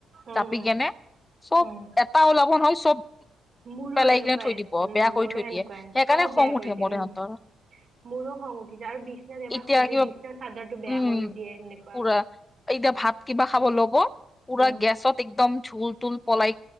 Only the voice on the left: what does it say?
জাপি
কেনে চব
এট টা ওলাব নহয় চব
পেলাই
কিনে থৈ দিব
বেয়া কৰি
থৈ
দিয়ে সেইকাৰণে
খং
উঠে
মোৰ ইহঁতৰ
এতিয়া
কিবা
উম
পুৰা এতিয়া ভাত কিবা খাব ল'ব পুৰা
গেছত একদম ঝুল তুল পলাই